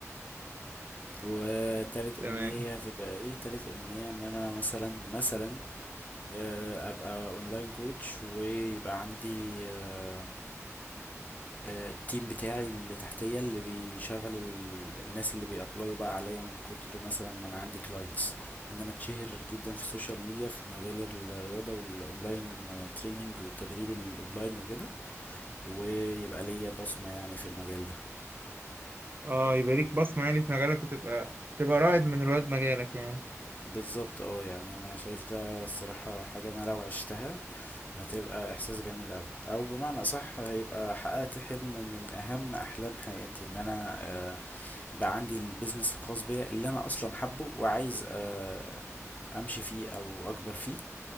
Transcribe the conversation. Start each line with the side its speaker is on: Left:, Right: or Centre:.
Left: وتالت
Right: تمام
Left: أمنية هتبقى إيه تالت أمنية إن أنا مثلا مثلا آه، أبقى أونلاين كوتش ويبقى عندي آه، آه، التيم بتاعي اللي تحتية اللي بيشغل ال- الناس اللي بيأبلايوا بقى عليا من كتر مثلا ما أنا عندي كلاينتس إن أنا أتشهر جدا في السوشيال ميديا في مجال الرياضة والأونلاين آه، تريننج والتدريب الأونلاين وكده ويبقى ليا بصمة يعني في المجال ده
Right: اه يبقى ليك بصمة يعني في مجالك وتبقى تبقى رائد من رواد مجالك يعني
Left: بالظبط اه يعني انا شايف ده الصراحة حاجة انا لو عشتها هتبقى احساس جميل اوي او بمعنى اصح هيبقى حققت حلم من اهم احلام حياتي ان انا آه، بقى عندي البيزنس الخاص بيا اللي انا اصلا حبه وعايز آه، امشي فيه او اكبر فيه